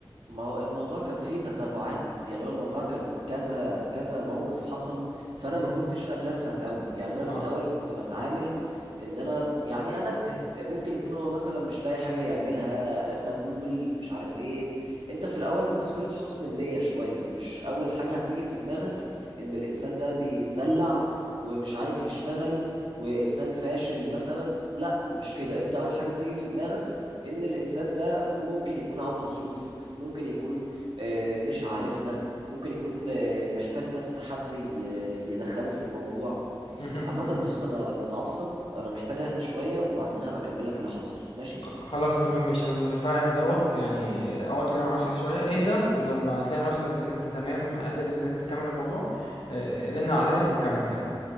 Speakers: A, on the right; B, on the left.
A: ما هو الموضوع كان فيه تتابعات يعني هو الموضوع كان كذا كذا موقف حصل فانا
B: مم.
A: ما كنتش قادر افهم قوي يعني انا في
B: اه
A: الاول كنت بتعامل ان انا يعني انبه ممكن يكون هو مثلا مش لاقي حاجه يعملها خجول مش عارف ايه انت في الاول بتفترض حسن النيه شويه مش اول حاجه هتيجي في دماغك ان الانسان ده بيتدلع ومش عايز يشتغل وانسان فاشل مثلا لا مش كده
B: مم.
A: انت اول حاجه بتيجي في دماغك ان الانسان ده ممكن يكون عنده ظروف ممكن يكون آه، مش عارفنا ممكن يكون آه، محتاج بس حد ي- يدخله في الموضوع
B: مهم.
A: عامة
B: مهم.
A: بص أنا متعصب أنا محتاج أهدى شوية وبعدين هبقى أكمل لك اللي حصل ماشي
B: خ- خلاص تمام ماشي انا متفاهم دوت يعني آه، اقعد كده مع نفسك شويه اهدى ولما تلاقي نفسك ان انت تمام قادر انك تكمل الموضوع آه، رن عليا ونكمل كلام